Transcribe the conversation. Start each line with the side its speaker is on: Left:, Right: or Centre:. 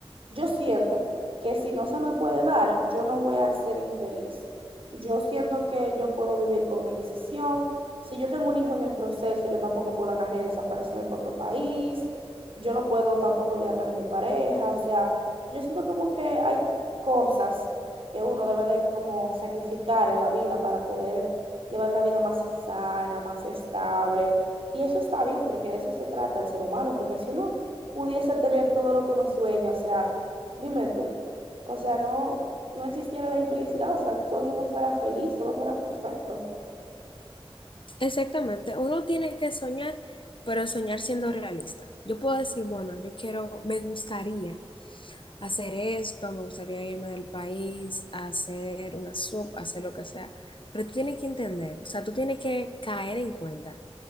Right: Yo siento que si no se me puede dar, yo no voy a ser infeliz. Yo siento que yo puedo vivir con mi decisión. Si yo tengo un hijo en el proceso, yo tampoco puedo agarrar y desaparecerme para otro país. Yo no puedo tampoco olvidarme de mi pareja. O sea, yo siento como que hay cosas que uno debe de como sacrificar en la vida para poder llevar una vida más sana, más estable. Y eso está bien porque de eso se trata el ser humano, porque si uno pudiese tener todo lo que uno sueña, o sea, Dime tú, o sea, no, no existiera la infelicidad, o sea, todo el mundo fuera feliz, todo fuera perfecto.
Left: Exactamente, uno tiene que soñar, pero soñar siendo realista. Yo puedo decir, bueno, yo quiero, me gustaría hacer esto, me gustaría irme del país, hacer una sub, hacer lo que sea, pero tú tienes que entender, o sea, tú tienes que caer en cuenta